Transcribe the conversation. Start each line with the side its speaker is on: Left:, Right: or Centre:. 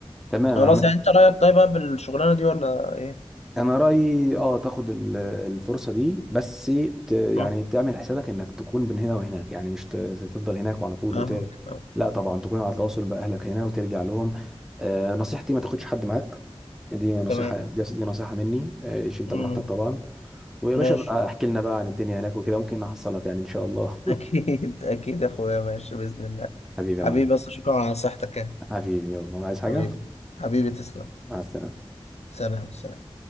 Centre: تمام
Left: خلاص يعني انت رايك طيب بقى بالشغلانه دي ولا ايه
Centre: انا رايي اه تاخد ال- الفرصه دي بس ت يعني
Left: مم.
Centre: تعمل حسابك انك تكون من هنا وهناك يعني مش ت- تفضل هناك وعلى طول
Left: فاهمك
Centre: وت...
Left: فاهمك.
Centre: لا طبعا تكون على تواصل باهلك هنا وترجع لهم آه نصيحتي ما تاخدش حد معاك دي نصيحه
Left: تمام
Centre: دي, دي نصيحه مني آه، عيش انت
Left: مم.
Centre: براحتك طبعا ويا باشا
Left: ماشي
Centre: بقى احكي لنا بقى عن الدنيا هناك وكده ممكن احصلك يعني ان شاء الله
Left: أكيد أكيد يا أخويا ماشي بإذن الله
Centre: <laughs> حبيبي
Left: حبيبي
Centre: يا معلم
Left: بس شكرا على نصيحتك يعني
Centre: حبيبي يلا عايز حاجه
Left: حبيبي حبيبي تسلم
Centre: مع السلامه
Left: سلام سلام